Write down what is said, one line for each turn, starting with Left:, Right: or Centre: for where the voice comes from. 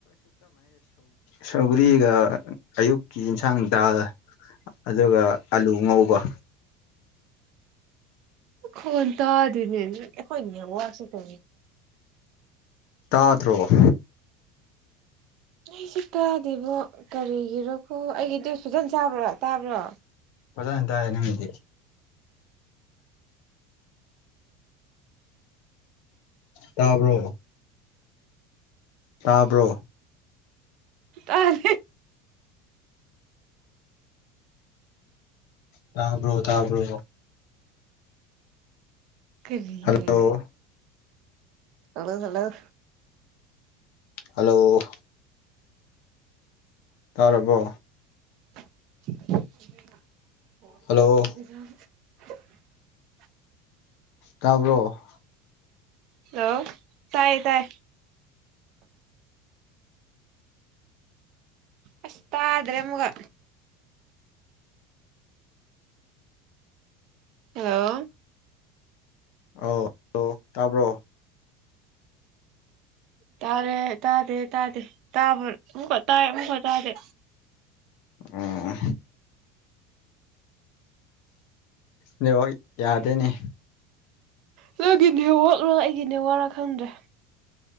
Left: ꯁꯧꯒꯔꯤꯒꯥ ꯑꯌꯨꯛꯀꯤ ꯌꯦꯟꯁꯥꯡ ꯗꯥꯜ ꯑꯗꯨꯒ ꯑꯂꯨ ꯉꯧꯕ ꯋꯥ
Right: ꯈꯣꯟ ꯇꯥꯗꯤꯅꯦ ꯑꯩꯈꯣꯏ ꯋꯥꯁꯨ ꯀ
Left: ꯇꯥ ꯇꯔꯣꯛ
Right: ꯑꯩꯁꯨ ꯀꯥꯗꯦꯕꯣ ꯀꯔꯤꯒꯤꯔꯣꯀꯣ ꯑꯩꯒꯤ ꯐꯖꯅ ꯆꯥꯕ꯭ꯔꯥ ꯇꯥꯕ꯭ꯔꯥ
Left: ꯐꯖꯅ ꯇꯥꯏ ꯅꯪꯒꯤꯗꯤ ꯇꯥꯕ꯭ꯔꯣ ꯇꯥꯕ꯭ꯔꯣ
Right: ꯇꯥꯦ
Left: ꯇꯥꯕ꯭ꯔꯣ ꯇꯥꯕ꯭ꯔꯣ
Right: ꯀꯔꯤꯂꯦ
Left: ꯍꯜꯂꯣ
Right: ꯍꯜꯂꯣ ꯍꯜꯂꯣ
Left: ꯍꯜꯂꯣ ꯇꯥꯔꯕꯣ
Right: <inaudible>
Left: ꯍꯜꯂꯣ ꯇꯥꯕ꯭ꯔꯣ
Right: ꯍꯜꯂꯣ ꯇꯥꯏ ꯇꯥꯏ ꯑꯁꯗ꯭ꯔꯦ ꯃꯨꯒ ꯍꯂꯣ
Left: ꯑꯥꯎ ꯍꯂ ꯇꯥꯕ꯭ꯔꯣ
Right: ꯇꯥꯔꯦ ꯇꯥꯗꯦ ꯇꯥꯗꯦ ꯇꯥꯕ ꯎꯨꯃꯨꯀꯥ ꯇꯑꯦ ꯑꯃꯨꯀ ꯇꯗꯦ
Left: ꯑꯥ ꯅꯕ ꯌꯥꯗꯦꯅꯦ
Right: ꯅꯪꯒꯤꯅꯦ ꯋꯥꯂꯣ ꯑꯩꯒꯤꯅꯦ ꯋꯥꯔꯥ ꯈꯪꯗ꯭ꯔꯦ